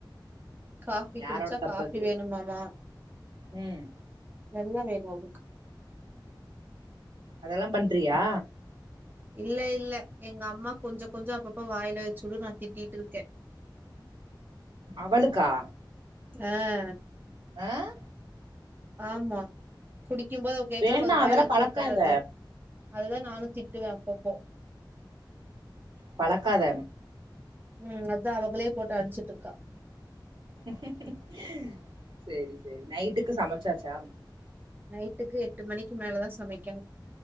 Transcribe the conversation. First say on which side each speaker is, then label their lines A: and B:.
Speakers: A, on the right; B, on the right.
A: காபி
B: யாரோட
A: குடிச்சா
B: தப்பு
A: காபி
B: அது
A: வேணுமாமா
B: ம்
A: நல்லா வேணும் என
B: அதெல்லாம் பண்றியா
A: இல்ல இல்ல எங்க அம்மா கொஞ்சம் கொஞ்சம் அப்பப்ப வாயில வச்சுடு நான் திட்டிட்டு இருக்கேன்
B: அவளுக்கா
A: ஆஹ்
B: ஆஹ்
A: ஆமா குடி குடிக்கும் போது அவ கேட்கறான்னு
B: வேணா
A: ஒரு வாய்
B: அதெல்லா
A: வச்சு
B: பழக்காத
A: விட்டுர்றது அதுதான் நானும் திட்டுவேன்ப்பப்போ
B: பழக்காத
A: உஹம் அதான் அவங்களே போட்டு அடிச்சுட்டு இருக்கா
B: இம் இம்சும் சரி சரி நைட்டுக்கு சமைச்சாச்சா
A: நைட்டுக்கு எட்டு மணிக்கு மேலதான் சமைக்கணும்